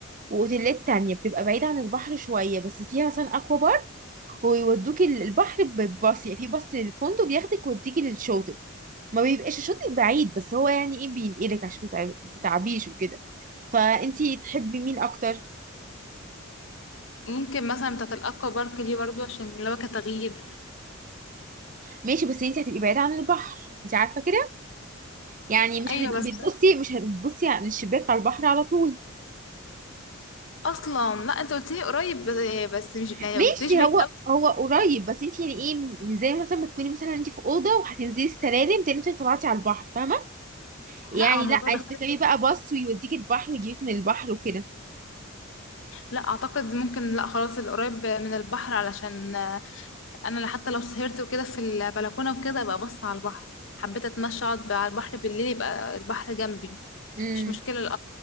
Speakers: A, on the right (about 40°); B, on the left (about 65°).
A: واوتيلات تانية بتبقى بعيدة عن البحر شوية بس فيها مثلا اكوا بارك ويودوك ال- البحر بباص يعني في باص للفندق بياخدك ويوديكي للشاطئ ما بيبقاش الشاطئ بعيد بس هو يعني ايه بينقلك عشان تتعب- تتعبيش وكده فانتي تحبي مين اكتر
B: ممكن مثلا بتاعت الاكوا بارك دي برضو عشان اللي هو كتغيير
A: ماشي بس انتي هتبقي بعيدة عن البحر انتي عارفة كده يعني مش
B: ايوه
A: هتبقي
B: بس
A: بتبصي مش هتبصي من الشباك على البحر على طول
B: اصلا لا انت قلت لي قريب بس مش يعني
A: ماشي
B: ما قلتليش بعيد
A: هو
B: قوي
A: هو قريب بس انتي يعني ايه زي مثلا ما تكوني مثلا انتي في اوضه وهتنزلي السلالم تاني انتي طلعتي على البحر فاهمه يعني
B: لا هو الموضوع
A: لا عايزة
B: بيختلف
A: تركبي بقى باص ويوديك البحر ويجيبك من البحر وكده
B: لا اعتقد ممكن لا خلاص القريب من البحر علشان انا حتى لو سهرت وكده في البلكونه وكده ابقى بص على البحر حبيت اتمشى اقعد على البحر بالليل يبقى البحر جنبي
A: امم
B: مش مشكله الأكبر